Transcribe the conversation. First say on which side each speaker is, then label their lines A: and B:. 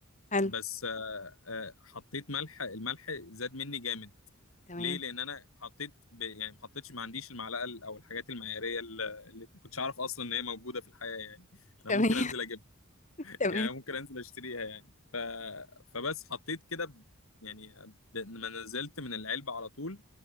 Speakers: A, on the left; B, on the left.
A: حلو
B: بس آه، آه، حطيت ملح الملح زاد مني جامد
A: تمام
B: ليه لان انا حطيت ب... يعني ما حطيتش ما عنديش المعلقه ال- او الحاجات المعياريه ال- اللي ما كنتش اعرف اصلا ان هي موجوده في الحياه يعني
A: <laughs>
B: انا
A: تمام
B: ممكن انزل اجيبها
A: تمام
B: يعني أنا ممكن انزل اشتريها يعني ف... فبس حطيت كده ب... يعني ب... ما نزلت من العلبه على طول